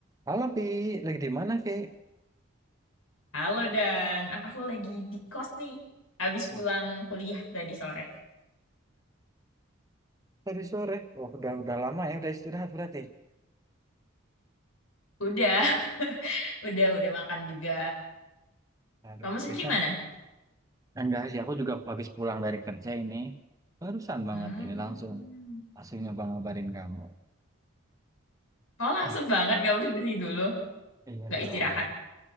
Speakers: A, on the right (about 15°); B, on the left (about 85°).
A: Halo Vi, lagi di mana Vi?
B: Halo Dan, aku lagi di kos nih. Habis
A: Wah,
B: pulang kuliah tadi sore.
A: Tadi sore. Wah, udah udah lama ya, udah istirahat berarti.
B: Udah, <laughs> udah, udah makan juga.
A: Aduh,
B: Kamu sendiri
A: biasa.
B: mana?
A: Enggak sih, aku juga habis pulang dari kerja ini. Barusan banget
B: Hmm.
A: ini langsung langsung nyoba ngabarin kamu.
B: Oh langsung
A: Ah,
B: banget gak berdiri dulu.
A: iya
B: Gak
A: dong.
B: istirahat.